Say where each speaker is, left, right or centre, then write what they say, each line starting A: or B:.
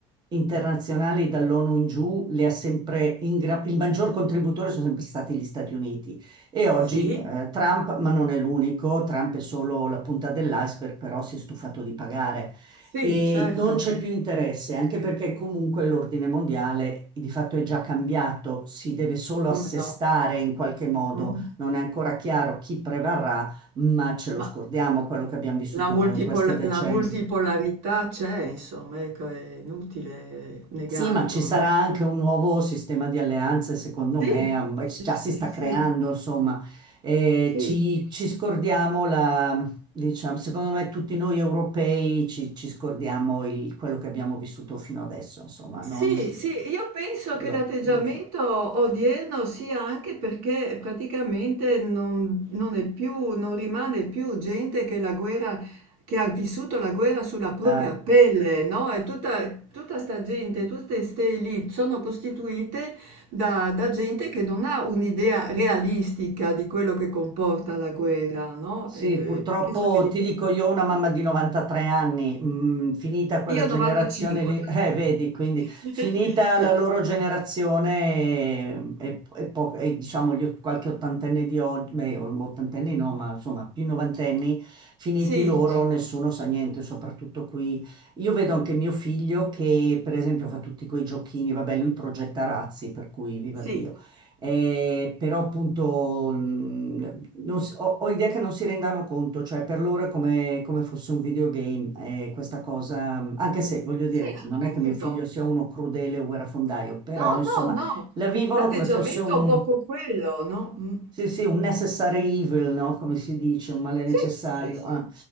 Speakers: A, on the right (about 30°); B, on the right (about 85°).
A: internazionali dall'ONU in giù le ha sempre... ingra- Il maggior contributore sono sempre stati gli Stati Uniti. E oggi
B: sì,
A: eh, Trump, ma non è l'unico, Trump è solo la punta dell'iceberg, però si è stufato di pagare
B: sì,
A: e
B: certo,
A: non c'è più interesse, anche perché comunque l'ordine mondiale di fatto è già cambiato, si deve solo
B: come
A: assestare
B: no.
A: in qualche modo,
B: Mh.
A: non è ancora chiaro chi prevarrà, ma ce lo
B: Ma
A: scordiamo quello che abbiamo vissuto
B: La multipol-
A: noi in questi decenni.
B: la multipolarità c'è, insomma, ecco, è inutile negarlo,
A: Sì, ma ci sarà
B: no?
A: anche un nuovo sistema di alleanze, secondo me,
B: Sì,
A: am-
B: sì,
A: già si sta
B: sì,
A: creando, insomma, Eh,
B: sì,
A: ci,
B: sì.
A: ci scordiamo la, diciamo, secondo me tutti noi europei ci, ci scordiamo il- quello che abbiamo vissuto fino adesso, insomma, non
B: Sì, sì, io penso che
A: io,
B: l'atteggiamento
A: non so.
B: odierno sia anche perché praticamente non, non è più, non rimane più gente che la guerra, che ha vissuto la guerra sulla propria
A: Eh,
B: pelle, no? E tutta, tutta sta gente, tutte ste elite sono costituite da, da gente che non ha un'idea realistica di quello che comporta la guerra, no?
A: Sì,
B: E
A: purtroppo
B: penso che dipenda.
A: ti dico io ho una mamma di 93 anni, mm, finita quella
B: Io
A: generazione
B: 95.
A: lì, <laughs> eh, vedi, quindi
B: <laughs>
A: finita
B: Sì,
A: la loro generazione e, e- e po- e, diciamo gli, ot- qualche ottantenne di oggi, beh, o- ottantenni no, ma insomma più novantenni, finiti
B: sì.
A: loro, nessuno sa niente, soprattutto qui. Io vedo anche mio figlio che per esempio fa tutti quei giochini, vabbè, lui progetta razzi, per cui viva
B: Sì,
A: Dio. Eh, però appunto mm, non si- ho, ho idea che non si rendano conto, cioè per loro è come, come fosse un videogame, e questa cosa, mm, anche se voglio
B: sì,
A: dire,
B: appunto.
A: non è che mio figlio sia uno crudele o guerrafondaio, però
B: No,
A: insomma
B: no, no,
A: la vivono
B: l'atteggiamento
A: come fosse un
B: è un poco quello, no? Mm.
A: sì, sì, un necessary evil, no? Come si dice, un male
B: Sì,
A: necessario.
B: sì, sì.
A: ah.